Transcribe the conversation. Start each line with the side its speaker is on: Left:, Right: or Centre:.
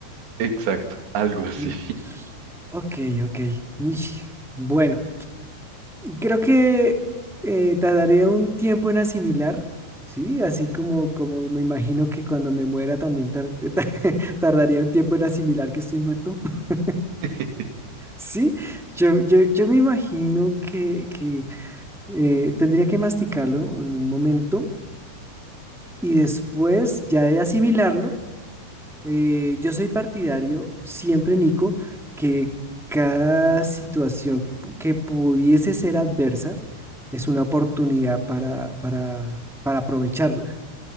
Right: exacto, algo así.
Centre: <laughs> L- Ok, ok. Uy. Bueno, Creo que eh, tardaría un tiempo en asimilar, ¿sí? Así como, como me imagino que cuando me muera también tar- <laughs> tardaría un tiempo en asimilar que estoy muerto, <laughs>
Right: <laughs>
Centre: ¿sí? Yo, yo, yo me imagino que, que eh, tendría que masticarlo en un momento y después ya de asimilarlo. Eh, yo soy partidario siempre, Nico, que cada situación pu- que pudiese ser adversa es una oportunidad para, para, para aprovecharla,